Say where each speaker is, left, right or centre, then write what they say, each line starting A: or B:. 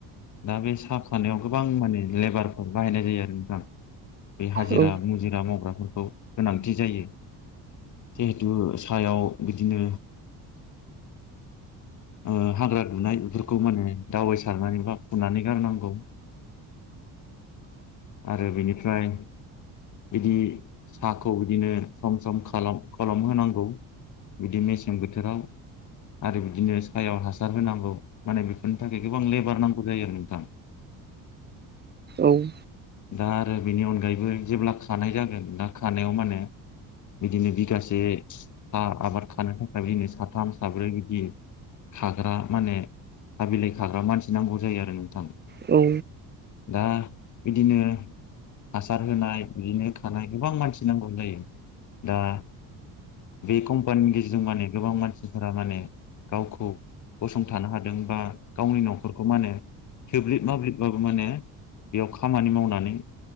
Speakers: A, on the left; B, on the right.
A: दा बे साहा खानायाव गोबां माने लेबारफोर बाहायनाय जायो आरो नोंथां। बे हाजिरा
B: औ
A: मुजिरा मावग्राफोरखौ गोनांथि जायो। जिहेथु सायाव बिदिनो ओ हाग्रा दुनाय बेफोरखौ माने दावबाय सारनानै बा फुनानै गारनांगौ आरो बेनिफ्राय बिदि साहाखौ बिदिनो सम सम खालाम खलम होनांगौ। बिदि मेसें बोथोराव आरो बिदिनो सायाव हासार होनांगौ माने बेफोरनि थाखाय गोबांं लेबार नां गौ जायो आरो नोंथां।
B: औ।
A: दा आरो बेनि अनगायैबो जेब्ला खानाय जागोन दा खानायाव माने बिदिनो बिगासे सा आबाद खानो थाखाय बिदिनो साथाम साब्रै बिदि खाग्रा माने सा बिलाइ खाग्रा मानसि नांगौ जायो आरो नोंथां।
B: औ
A: दा बिदिनो हासार होनाय बिदिनो खानाय गोबां मानसि नांगौ जायो दा बे कम्पानिनि गेजेरजों माने गोबां मानसिफोरा माने गावखौ गसंथानो हादों बा गावनि नखर खौ मा होनो थोब्लिब मोब्लिबबाबो माने बेयाव खामानि मावनानै